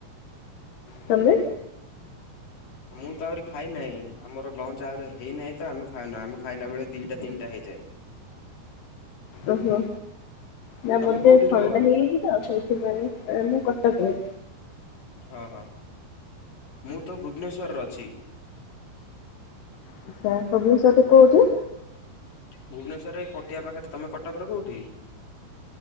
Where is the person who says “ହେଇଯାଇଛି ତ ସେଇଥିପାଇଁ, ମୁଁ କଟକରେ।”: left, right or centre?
Left